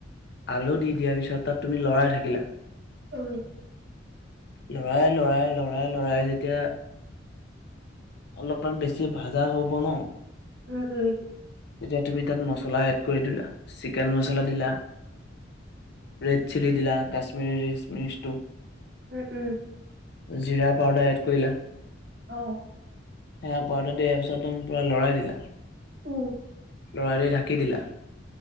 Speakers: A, on the left; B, on the right.
A: আলু দি দিয়াৰ পিছত, তাত তুমি লৰাই থাকিলা।
B: উম,
A: লৰাই, লৰাই, লৰাই, লৰাই, যেতিয়া অলপমান, বেছি ভজা হ'ব ন।
B: উম, উম,
A: তেতিয়া তুমি তাত মছলা এড কৰি দিলা, চিকেন মছলা দিলা। ৰেড চিলি দিলা, কাশ্মীৰি ৰিচ-মিচটো।
B: উম, উম,
A: জিৰা পাউদাৰ এড কৰিলা।
B: অ,
A: সেয়া পয়াটো দিয়াৰ পিছত, একদম পুৰা লৰাই দিলা।
B: অ,
A: লৰাই দি ঢাকি দিলা।